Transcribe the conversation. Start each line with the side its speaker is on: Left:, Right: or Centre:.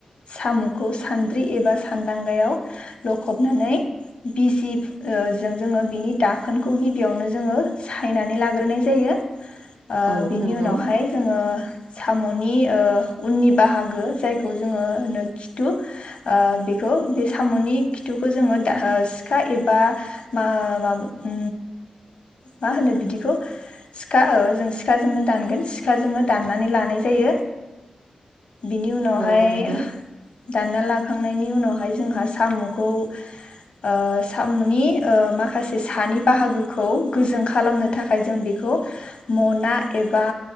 Left: साम'खौ सान्द्रि एबा सान्दांगायाव लखबनानै बिजि जों जोङो बिनि दाखोनखौ गिबियावनो जोङो सायनानै लाग्रोनाय जायो। ओ
Right: औ
Left: बिनि
Right: नंगौ
Left: उनावहाय जोङो साम'नि ओ उननि बाहागो जायखौ जोङोनो खिथु ओ बेखौ बे साम'नि खिथुखौ जोङो सिखा एबा मा मा उ मा होनो बिदिखौ सिखा जों सिखाजोंनो दानगोन सिखाजोंनो दाननानै लानाय जायो। बिनि उनावहाय
Right: औ नंगौ
Left: दानना लाखांनायनि उनावहाय जोंहा साम'खौ ओ साम'नि ओ माखासे सानि बाहागोखौ गोजों खालामनो थाखाय जों बेखौ मना एबा